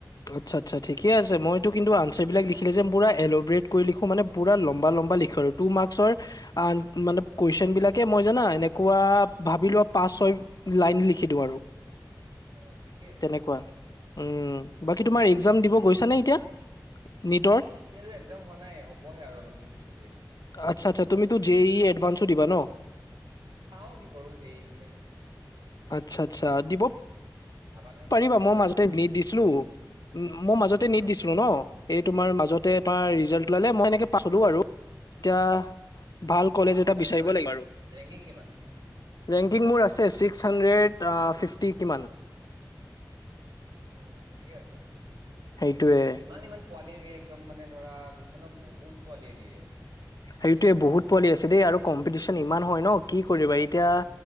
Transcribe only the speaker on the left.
আচ্ছা আচ্ছা ঠিকে আছে মইতো কিন্তু এঞ্ছাৰ বিলাক লিখিলে যে পুৰা এল'ব্ৰট কৰি লিখো মানে পুৰা লম্বা লম্বা লিখো আৰু। টু মাৰ্কচৰ মানে কুৱেশন বিলাকে মই জানা এনেকুৱা ভাবি লোৱা পাঁচ ছয়- লাইন লিখি দিওঁ আৰু
তেনেকুৱা, উম। বাকী তোমাৰ একজাম দিব গৈছা নে এতিয়া নীটৰ?
আচ্ছা আচ্ছা তুমিতো জে ই এডভান্সো দিবা ন?
আচ্ছা আচ্ছা দিব
পাৰিবা মই
মাজতে নিট দিছিলো। মই মাজতে নিট
দিছিলো ন। এই তোমাৰ মাজতে তাৰ
ৰিজাল্ট ওলালে মই এনেকে পাছ হলো আৰু। এতিয়া ভাল কলেজ
এটা
বিচাৰিব
লাগিব আৰু।
ৰেংকিং মোৰ আছে ছিক্স হাণ্ড্ৰেড ফিফটি কিমান।
সেইটোৱে
সেইটোৱে বহুত পোৱালি আছে দেই আৰু কম্পিটিচন ইমান হয় ন কি কৰিবা এতিয়া